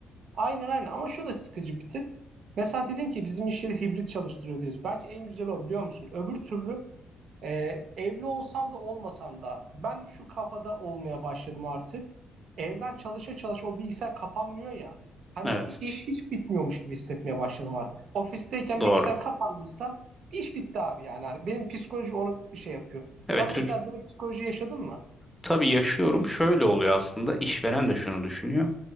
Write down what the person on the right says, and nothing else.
Aynen aynen ama şu da sıkıcı bir tık. Mesela dedin ki bizim iş yeri hibrit çalıştırıyor diyoruz. Bence en güzel o biliyor musun? Öbür türlü ee, evli olsan da olmasan da ben şu kafada olmaya başladım artık. Evden çalışa çalışa o bilgisayar kapanmıyor ya. Hani
hi- iş hiç bitmiyormuş gibi hissetmeye başladım artık. Ofisteyken
bilgisayar kapandıysa iş bitti abi yani. Hani benim psikoloji onu bir şey yapıyor.
Sen mesela
böyle psikoloji yaşadın mı?